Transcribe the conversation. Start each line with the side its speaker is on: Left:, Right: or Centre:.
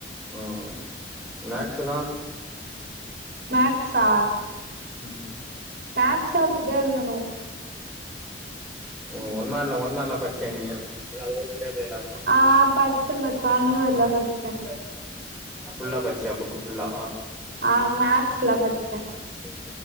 Centre: ம் மேக்ஸுலா
Right: மேக்ஸா
Centre: ம்
Right: மேக்ஸோ அப்டிதா எழுதணோ
Centre: ம் ஒன் மார்க்ல ஒன் மார்க்ல பச்சியா நீயு இல்ல அதயோ கேட்டு எழுதுனுயா நீ
Right: ஆ பச்ச பச்ச ஒண் வேர்ட்ல பச்ச
Centre: <unintelligible> ஃபுல்லா பச்சியா புக்கு ஃபுல்லா
Right: ஆ மேக்ஸ்லா பச்சே
Centre: ம்